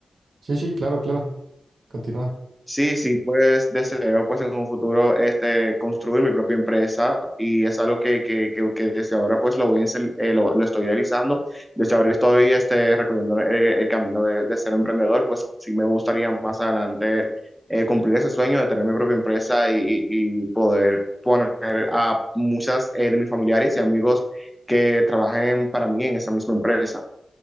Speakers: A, on the right; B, in the centre.
A: Sí, sí, claro, claro. Continúa.
B: Sí, sí, pues deseo pues en un futuro este construir mi propia empresa y es algo que, que, que, que desde ahora pues lo voy a insel- eh, lo, lo estoy realizando. Desde ahora estoy este recorriendo eh, el camino de, de ser emprendedor, pues sí me gustaría más adelante eh, cumplir ese sueño de tener mi propia empresa y, y- y poder poner a muchas eh, de mis familiares y amigos que trabajen para mí en esa misma empresa.